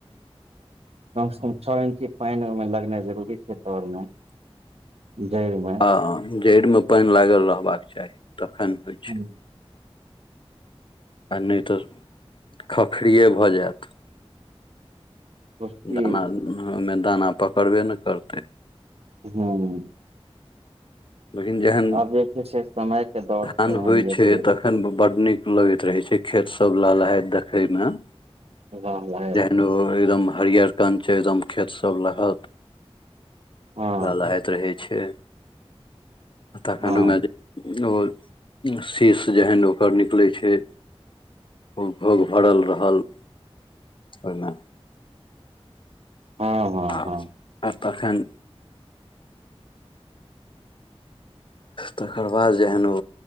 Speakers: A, on the right; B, on the left.
A: कम से कम छः इंची पैन ओइमें लगनाइ जरूरी छै तर मे जड़ में
B: हँ जड़मे पैन लागल रहबाक चाही तखन होइ छै
A: हूँ,
B: आ नइ तऽ खखरिये भऽ जायत
A: खुशी
B: दाना ओइमे दाना पकड़बै ने करतै
A: हां
B: <unintelligible> जेहन
A: आब जे छै से समय के दौड़
B: धान
A: छै एहन
B: होइ
A: जेकि
B: छै तख खन बड नीक लगैत रहे छै खेत सब लहलहायत दखए मे
A: लाह लहैत
B: जेहन ओ एकदम हरियर कंच एकदम खेतसभ लहत
A: हँ
B: लहलहायत रहै छैय तखन
A: हँ
B: ओएमे जे ओ शीश जेहन ओकर निकलै छै खुब घोग भरल रहल ओइमे
A: हँ हँ
B: आ
A: हँ
B: आऽ तखेन तकर बाद जहेन ओ